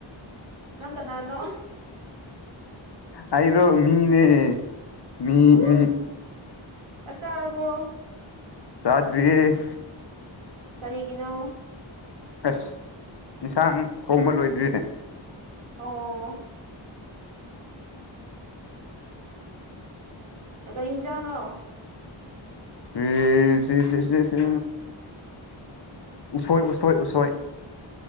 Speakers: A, on the right; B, on the left.
A: ꯅꯪ ꯀꯅꯥꯅꯣ
B: ꯑꯩꯔꯣ ꯃꯤꯅꯦ-ꯃꯤ-ꯃꯤ
A: ꯎ ꯆꯥꯛ ꯆꯥꯔꯥꯕꯣ
B: ꯁꯥꯗꯔꯤ
A: ꯀꯔꯤꯒꯤꯅꯣ
B: ꯑꯁ ꯏꯟꯁꯥꯡ ꯊꯣꯡꯕ ꯂꯣꯏꯗ꯭ꯔꯤꯌꯦ
A: ꯑꯣ ꯀꯔꯤ ꯍꯤꯟꯖꯥꯡꯅꯣ
B: ꯐ ꯁꯤ ꯁꯤꯁꯤ ꯎꯁꯣꯏ ꯎꯁꯣꯏ ꯎꯁꯣꯏ